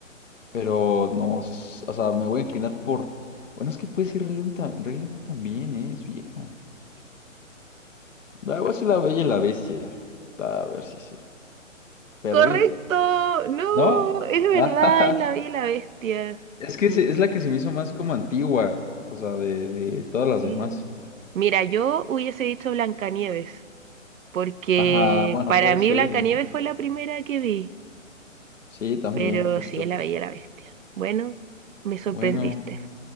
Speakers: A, on the left (about 70°); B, on the right (about 80°).
A: Pero no, s- o sea, me voy a inclinar por. Bueno, es que puede ser Rey León, ta- Rey León también, ¿eh? Es vieja. Ah, Voy a decir La Bella y la Bestia. A ver si sí. Perdí.
B: Correcto. No,
A: ¿No?
B: es
A: <laughs>
B: verdad,
A: Ajá.
B: es La Bella y la Bestia.
A: Es que
B: Mm,
A: se- es la que se me hizo más como antigua. O sea, de, de todas las
B: Sí.
A: demás.
B: Mira, yo hubiese dicho Blancanieves. porque
A: Ajá, bueno,
B: para
A: puede
B: mí
A: ser,
B: Blancanieves
A: ¿eh?
B: fue la primera que vi,
A: Sí, también,
B: pero
A: justo.
B: sí es La Bella y la Bestia. Bueno, me sorprendiste.
A: Bueno,